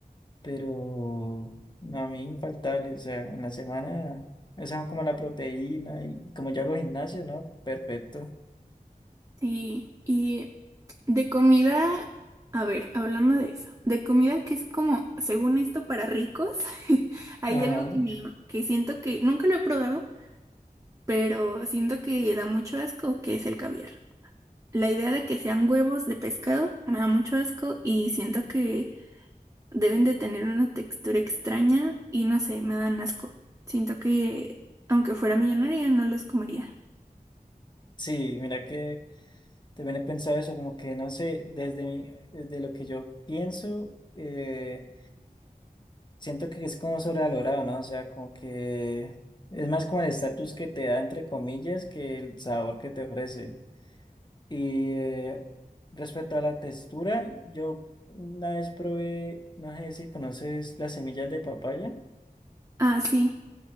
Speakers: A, on the left; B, on the right.
A: pero a mí infaltable, o sea, en la semana, esa es como la proteína y como yo hago gimnasio, ¿no? Perfecto.
B: Sí, y de comida, a ver, hablando de eso, de comida que es como, según esto, para ricos, <laughs> hay
A: Ajá,
B: algo que, me- que siento que nunca lo he probado, pero siento que da mucho asco, que es el caviar. La idea de que sean huevos de pescado me da mucho asco y siento que deben de tener una textura extraña y no sé, me dan asco. Siento que aunque fuera millonaria no los comería.
A: sí, mira que también he pensado eso, como que no sé, desde mi, desde lo que yo pienso, eh, siento que es como sobrevalorado, ¿no? O sea, como que es más como el estatus que te da, entre comillas, que el sabor que te ofrece. Y eh, respecto a la textura, yo una vez probé, no sé si conoces las semillas de papaya,
B: Ah, sí,